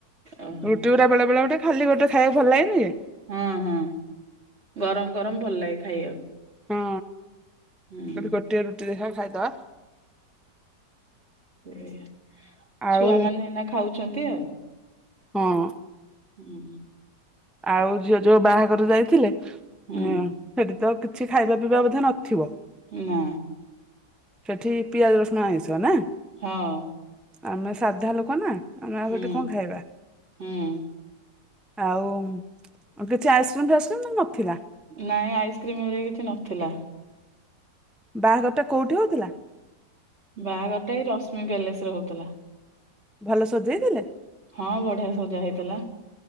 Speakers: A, on the right (about 35°); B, in the centre.
A: ଓହୋ
B: ରୁଟି ଗୁଡା ବେଳେ ବେଳେ ଗୋଟେ ଖାଲି ଗୋଟେ ଖାଇବାକୁ ଭଲ ଲାଗେନି କି।
A: ହଁ ହଁ ଗରମ ଗରମ ଭଲ ଲାଗେ ଖାଇବାକୁ।
B: ହଁ
A: ହୁଁ
B: କହିଲି ଗୋଟିଏ ରୁଟି ଦେଖା ଖାଇଦବା।
A: ଏୟା
B: ଆଉ
A: ଛୁଆ ମାନେ ଏଇନା ଖାଉଛନ୍ତି ଆଉ
B: ହଁ
A: ହୁଁ।
B: ଆଉ ଝିଅ ଯୋଉ ବାହାଘର ଯାଇଥିଲେ?
A: ହୁଁ
B: ସେଠି ତ କିଛି ଖାଇବା ପିଇବା ବୋଧେ ନଥିବ?
A: ନା।
B: ସେଠି ପିଆଜ ରସୁଣ ଆଇଁଷ ନାଁ?
A: ହଁ
B: ଆମେ ସାଧା ଲୋକ ନା ଆମେ ଆଉ
A: ହୁଁ
B: ହେଠେ କଣ ଖାଇବା?
A: ହୁଁ
B: ଆଉ କିଛି ଆଇସ୍କ୍ରିମ ଫାଇସ୍କ୍ରିମ ତ ନଥିଲା।
A: ନାଇଁ ଆଇସ୍କ୍ରିମ ହରିକା କିଛି ନଥିଲା।
B: ବାହାଘରଟା କୋଉଠି ହଉଥିଲା?
A: ବାହାଘର ଟା ଏଇ ରଶ୍ମି ପ୍ୟାଲେସ ରେ ହଉଥିଲା।
B: ଭଲ ସଜେଇଥିଲେ?
A: ହଁ ବଢିଆ ସଜା ହେଇଥିଲା।